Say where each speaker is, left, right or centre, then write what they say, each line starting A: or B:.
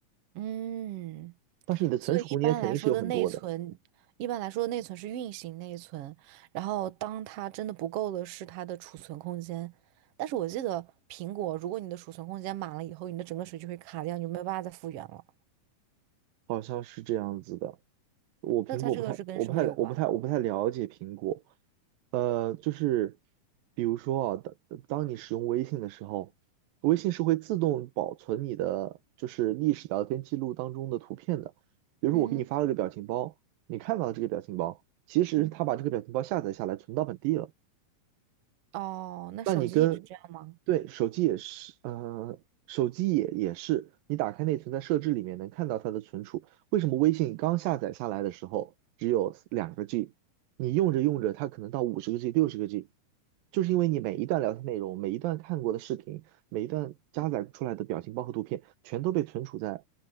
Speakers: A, on the right; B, on the right.
A: 嗯，
B: 但是你的存储空间肯定是有很多的，
A: 所以一般来说的内存，一般来说的内存是运行内存，然后当它真的不够的是它的储存空间。但是我记得苹果，如果你的储存空间满了以后，你的整个手机会卡掉，你就没有办法再复原了。
B: 好像是这样子的。我苹果不太，
A: 那它这个是跟什么有关？
B: 我不太，我不太，我不太了解苹果。呃，就是比如说啊，当当你使用微信的时候，微信是会自动保存你的就是历史聊天记录当中的图片的。比如说我给你发了个表情包，
A: 嗯
B: 你看到了这个表情包，其实它把这个表情包下载下来存到本地了。
A: 嗯，哦，那手机也是这样吗？
B: 那你跟，对，手机也是，呃，手机也也是，你打开内存，在设置里面能看到它的存储。为什么微信刚下载下来的时候只有两个 G，你用着用着，它可能到五十个 G、六十个 G，就是因为你每一段聊天内容、每一段看过的视频、每一段加载出来的表情包和图片，全都被存储在